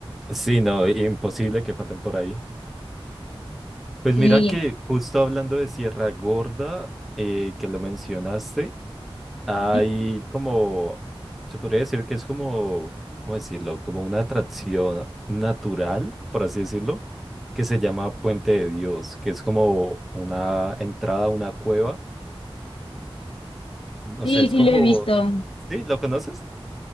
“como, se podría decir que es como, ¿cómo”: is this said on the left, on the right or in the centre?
Centre